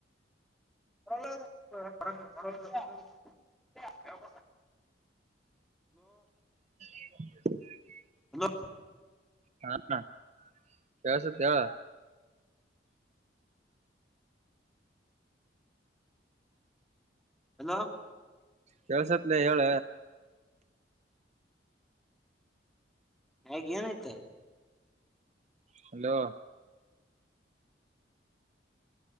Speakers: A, in the centre; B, on the right.
A: ಪರರ ಮರ ಹಲೋ
B: <unintelligible>
A: ಹಲೋ
B: ಹಾ ಕೇಳಿಸುತ್ತದೆ ಹೇಳು
A: ಹಲೋ
B: ಕೆಲ್ಸತ್ಲ ಹೇಳ
A: ಹೇಗ್ ಏನಾಯ್ತಾ
B: ಹಲೋ